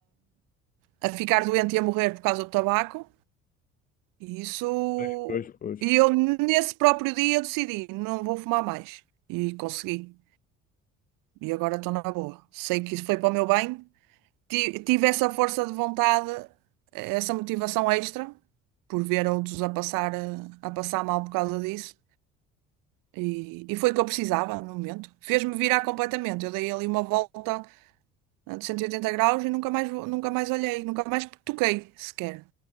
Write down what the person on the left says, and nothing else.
Pois, pois, pois.